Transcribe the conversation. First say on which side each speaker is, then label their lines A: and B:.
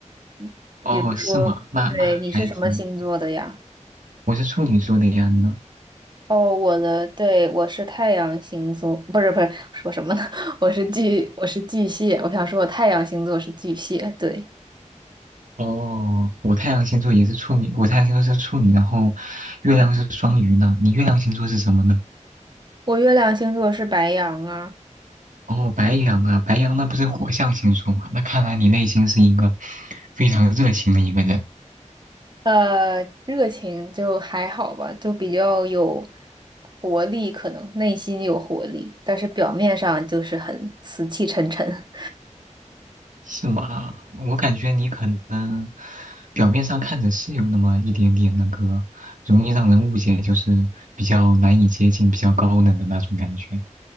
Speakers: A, on the right (about 35°); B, on the right (about 80°).
A: 嗯比如说，
B: 哦，是吗？那那还挺，
A: 对，你是什么星座的呀？
B: 我是处女座的呀，你呢？
A: 哦，我的，对，我是太阳星座，不是不是，说什么呢？<laughs> 我是巨，我是巨蟹。我想说，我太阳星座是巨蟹，对，
B: 哦，我太阳星座也是处女，我太阳星座是处女，然后月亮是双鱼呢。你月亮星座是什么呢？
A: 我月亮星座是白羊啊。
B: 哦，白羊啊，白羊那不是火象星座吗？那看来你内心是一个非常热情的一个人。
A: 呃，热情就还好吧，就比较有活力，可能内心有活力，但是表面上就是很死气沉沉。
B: 是吗？我感觉你可能表面上看着是有那么一点点那个，容易让人误解，就是比较难以接近、比较高冷的那种感觉。